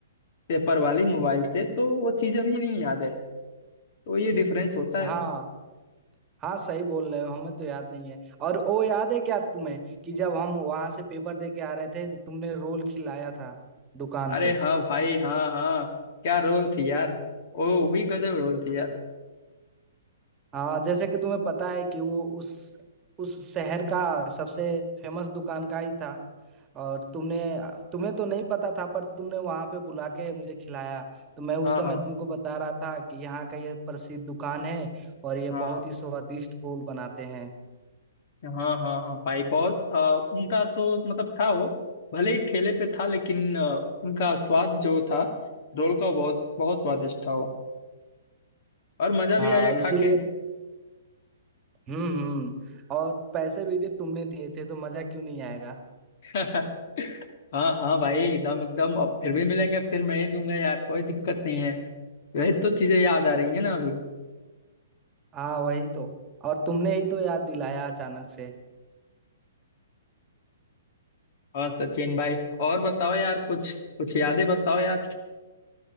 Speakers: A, on the left; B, on the right.
A: पेपर वाली मोबाइल से तो वो चीजें भी नहीं याद है तो ये डिफरेंस होता है
B: हाँ हाँ सही बोल रहे हो हमें तो याद नहीं है और वो याद है क्या तुम्हें कि जब हम वहां से पेपर दे के आ रहे थे तो तुमने रोल खिलाया था दुकान
A: अरे
B: से
A: हाँ भाई हाँ हाँ क्या रोल थी यार ओ भी गजब रोल थी यार
B: हाँ जैसे कि तुम्हें पता है कि वो उस उस शहर का सबसे फेमस दुकान का ही था और तुमने तुम्हें तो नहीं पता था पर तुमने वहां पे बुला के मुझे खिलाया तो मैं उस
A: हाँ
B: समय
A: हाँ
B: तुमको बता रहा था कि यहाँ का ये प्रसिद्ध दुकान है और ये
A: हाँ
B: बहुत ही स्वादिष्ट ओल बनाते हैं
A: हाँ हाँ हाँ भाई बहुत अ, उनका तो मतलब था वो भले ही ठेले पे था लेकिन अ, उनका स्वाद जो था रोल का वो बहुत बहुत स्वादिष्ट था वो और मजा भी
B: हाँ
A: आया
B: इसीलिए
A: खा के
B: हम्म हम्म और पैसे भी थे तुमने दिए थे तो मजा क्यों नहीं आएगा
A: <laughs> हाँ हाँ भाई एकदम एकदम अब फिर भी मिलेंगे फिर मैं ही दूंगा यार कोई दिक्कत नहीं है यही तो चीजें याद आ रही है ना अभी
B: हाँ वही तो और तुमने ही तो याद दिलाया अचानक से
A: और सचिन भाई और बताओ यार कुछ कुछ यादें बताओ यार